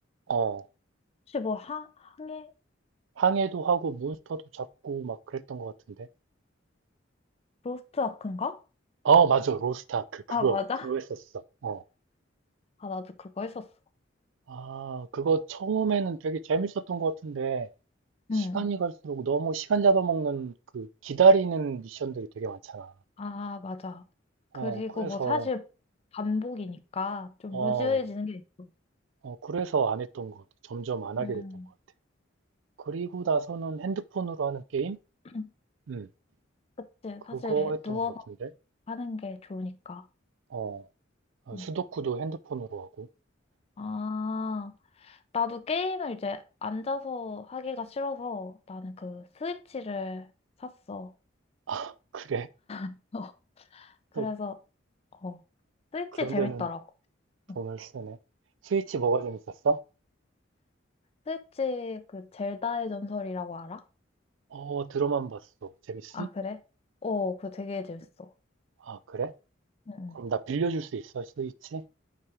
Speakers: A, on the right; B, on the left.
A: 어,
B: 혹시 뭐 항, 항해?
A: 항해도 하고 몬스터도 잡고 막 그랬던 것 같은데.
B: 로스트 아크인가?
A: 어, 맞아. 로스트아크. 그거,
B: 아, 맞아?
A: 그거 했었어. 어.
B: 아, 나도 그거 했었어.
A: 아, 그거 처음에는 되게 재밌었던 것 같은데, 시간이
B: 응.
A: 갈수록 너무 시간 잡아먹는 그 기다리는 미션들이 되게 많잖아.
B: 아, 맞아.
A: 어,
B: 그리고
A: 그래서,
B: 뭐 사실 반복이니까 좀
A: 어,
B: 루즈해지는 게 있어.
A: 어, 그래서 안 했던 것 같아. 점점 안
B: 음.
A: 하게 됐던 것 같아. 그리고 나서는 핸드폰으로 하는 게임?
B: <clears throat>
A: 음.
B: 그치.
A: 그거
B: 사실
A: 했던
B: 누워서
A: 것 같은데.
B: 하는 게 좋으니까.
A: 어, 어,
B: 음.
A: 수도쿠도 핸드폰으로 하고.
B: 아, 나도 게임을 이제 앉아서 하기가 싫어서 나는 그 스위치를 샀어.
A: 아, <laughs> 그래?
B: <laughs> 그래서,
A: 또
B: 어, 스위치
A: 그런
B: 재밌더라고.
A: 데는 돈을
B: 음.
A: 쓰네. 스위치 뭐가 재밌었어?
B: 스위치 그 젤다의 전설이라고 알아?
A: 어, 들어만 봤어. 재밌음?
B: 아, 그래? 어, 그거 되게 재밌어.
A: 아, 그래?
B: 음, 음.
A: 그럼 나 빌려줄 수 있어, 스위치?